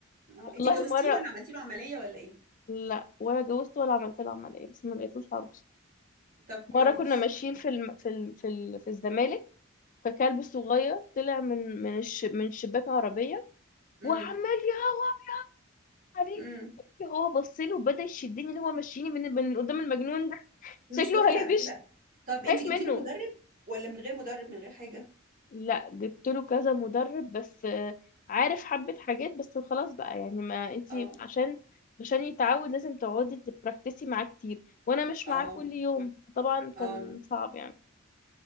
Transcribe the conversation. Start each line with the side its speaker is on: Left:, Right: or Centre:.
Right: اه
Left: والله
Right: انتي جوزتيه
Left: مره
Right: ولا عملتي له عملية ولا ايه
Left: لا ولا جوزت ولا عملت له عمليه بس ما لقيتلوش عروسه
Right: طب كويس
Left: مره كنا ماشيين في الم... في ال... في ال... في الزمالك فكلب صغير طلع من من الش... من شباك عربيه
Right: امم
Left: وعمال يهوه عليه
Right: امم
Left: هو بص له وبدا يشدني اللي هو مشيني من من قدام المجنون ده شكله
Right: مش واخد
Left: هيدش
Right: على كده طب
Left: خايف
Right: انتي جبتي
Left: منه
Right: له مدرب ولا من غير مدرب من غير حاجة
Left: لا جبت له كذا مدرب بس آه، عارف حبة حاجات بس خلاص بقى يعني ما انتي
Right: اه
Left: عشان عشان يتعود لازم تقعدي تبراكتسي معاه كتير وانا مش
Right: اه
Left: معاه كل يوم فطبعا
Right: اه
Left: كان صعب يعني